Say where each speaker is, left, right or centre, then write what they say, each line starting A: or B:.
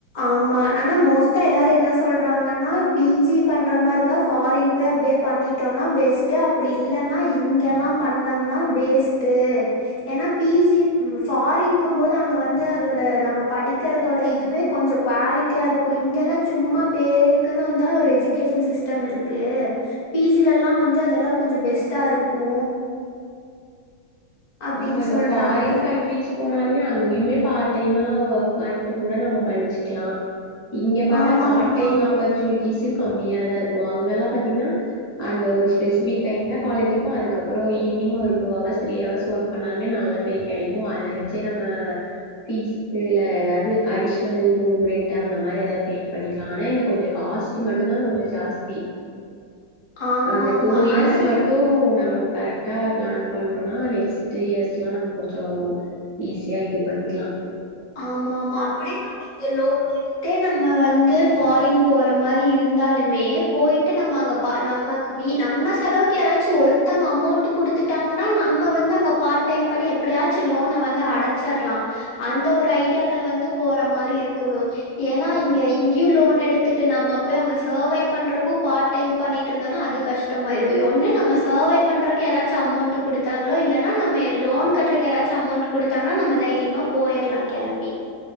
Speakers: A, on the left; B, on the left.
A: ஆமா ஆனா மோஸ்ட்டா எல்லாரு என்ன சொல்றாங்கன்னா பி ஜி பண்ற மாரி இருந்தா ஃபாரின் போய் அப்டியே பண்ணிட்டோன்னா பெஸ்ட் அப்டி இல்லனா இங்கெல்லா பண்ணோம்னா வேஸ்டு ஏன்னா பீ ஜி ஃபாரின்க போது அங்க வந்து அதோட நம்ம படிக்கறதோட இதுவே கொஞ்சோ குவாலிட்டியா இருக்கும் இங்க எல்லாம் சும்மா பேருக்குன்னு வந்தா ஒரு எஜுகேஷன் சிஸ்டம் இருக்கு பீ ஜிலலா வந்து அதெல்லா கொஞ்சோ பெஸ்ட்டா இருக்கு அப்டின்னு
B: ஆமா இப்ப
A: சொல்றாங்க
B: ஃபாரின் கண்ட்ரீஸ் போனாலுமே அங்கேயுமே பார்ட் டைமா ஒர்க் பண்ணிட்டு கூட நம்ம படிச்சிக்கலா இங்க பாத்தா
A: ஆமா
B: பார்ட்
A: ஆமா
B: டைம் ஆப்பர்ச்சுனிட்டிஸ் <unintelligible> கம்மியாதா இருக்கு அங்கல்லாம் பாத்தீங்கன்னா அந்த ஒரு ஸ்பெசபிக் டைம்தா காலேஜ் இருக்கு அதுக்கப்பறோ ஈவினிங் ஒரு ஒரு two hours three hours work பண்ணாலுமே நல்ல பே கெடைக்கு அத வச்சே நம்ம பீஸ்க இல்ல எதாவது அடிஷனல் ரூம் ரெண்ட் அந்த மாரி எதாவது பே பண்ணிக்கலா ஆனா என கொஞ்சோ காஸ்ட் மட்டும்தா கொஞ்சோ ஜாஸ்தி
A: ஆமா
B: அந்த
A: ஆமா
B: டூ இயர்ஸ்
A: ஆனா
B: மட்டும். நம்ம கரெக்டா பிளான் பண்றோம்னா நெக்ஸ்ட் இயர்ஸ் எல்லாம் நம்ம கொஞ்சம் ஈஸியா இது பண்ணிக்கலாம்
A: ஆமா ஆமா அப்படியே நம்ம இங்க லோன் எடுத்தே நம்ம வந்து ஃபாரின் போற மாதிரி இருந்தாலுமே போயிட்டு நம்ம அங்க பா நம்மக்கு நம்ம செலவுக்கு யாராச்சும் ஒருத்தங்க அமௌண்ட் குடுத்துட்டாங்கன்னா நம்ம வந்து அங்க பார்ட் டைம் பண்ணி எப்படியாச்சும் லோன வந்து அடச் சர்லாம் அந்த ஒரு ஐடியால வந்து போற மாதிரி இருக்கணும் ஏன்னா இங்க இங்கேயும் லோன் எடுத்துட்டு நம்ம போய் அங்க சர்வைவ் பண்றக்கும் பார்ட் டைம் பண்ணிட்டு இருந்தோம்னா அது கஷ்டமாயிரும் ஒன்னும் நம்ம சர்வைவ் பண்றதுக்கு எதாச்சும் அமௌண்ட் கொடுத்தாங்களோ இல்லைன்னா நம்ம லோன் கட்டுறக்குாச்சும் அமௌண்ட் கொடுத்தாங்கன்னா நம்ம தைரியமா போயிறலாம் கெளம்பி